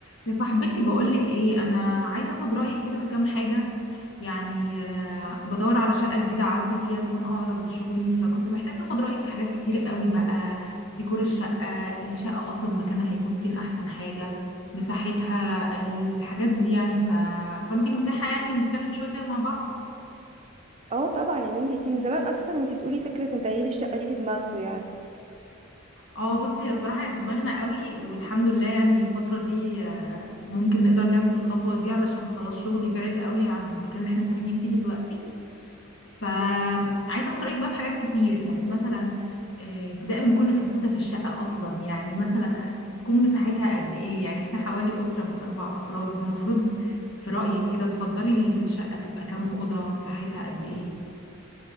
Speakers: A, on the left (about 65°); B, on the right (about 30°).
A: يا صاحبتي بقولك ايه انا عايزه اخد رايك كده في كام حاجه يعني آه، بدور على شقه جديده اعزل فيها تكون اقرب لشغلي فكنت محتاجه اخد رايك في حاجات كتير قوي بقى ديكور الشقه الشقه اصلا مكانها هيكون فين احسن حاجه مساحتها الحاجات دي يعني ف... فانتي متاحه يعني نتكلم شويه كده مع بعض
B: اه طبعا يا بنتي انتي من زمان اساسا وانتي بتقولي فكره ان تغيير الشقه دي في دماغكوا يعني
A: اه بصي هي بصراحه هي في دماغنا قوي والحمد لله يعني الفتره دي آه، ممكن نقدر نعمل الخطوه دي علشان خلاص شغلي بعيد قوي عن المكان اللي احنا ساكنين فيه دلوقتي فعايزه
B: مم.
A: اخد رايك بقى في حاجات كتير يعني مثلا آه، ابتداء من كل فتفوته في الشقه اصلا يعني مثلا تكون مساحتها قد ايه يعني احنا حوالي اسره من اربع افراد المفروض في رايك كده تفضلي الشقه تبقى كام اوضه مساحتها قد ايه